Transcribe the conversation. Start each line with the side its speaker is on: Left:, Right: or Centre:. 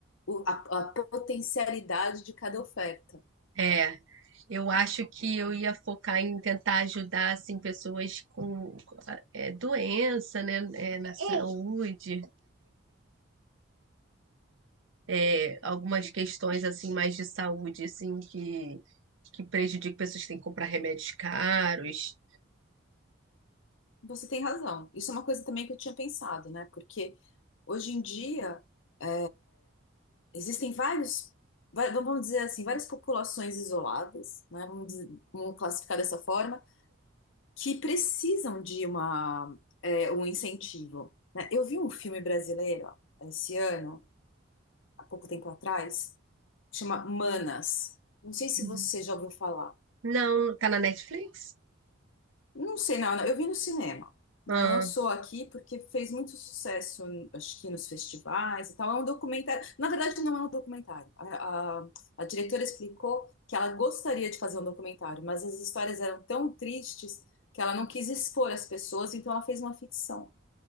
Left: o- a, a potencialidade de cada oferta.
Right: É, eu acho que eu ia focar em tentar ajudar, assim, pessoas com, é, doença, né? É, na Ei, saúde. é, algumas questões assim mais de saúde assim que que prejudica pessoas que têm que comprar remédios caros.
Left: Você tem razão. Isso é uma coisa também que eu tinha pensado, né? Porque hoje em dia eh, existem vários, vai- vamos dizer assim, várias populações isoladas, né? Vamos, dizer- vamos classificar dessa forma, que precisam de uma, é, um incentivo, né? Eu vi um filme brasileiro ó, esse ano, há pouco tempo atrás. chama Manas. Não sei se
Right: Uhum.
Left: você já ouviu falar.
Right: Não, tá na Netflix?
Left: Não sei, não, eu vi no cinema. né?
Right: Ah,
Left: Lançou aqui porque fez muito sucesso, acho que nos festivais e tal. É um documentário. Na verdade, não é um documentário. A, a- a diretora explicou que ela gostaria de fazer um documentário, mas as histórias eram tão tristes que ela não quis expor as pessoas, então ela fez uma ficção.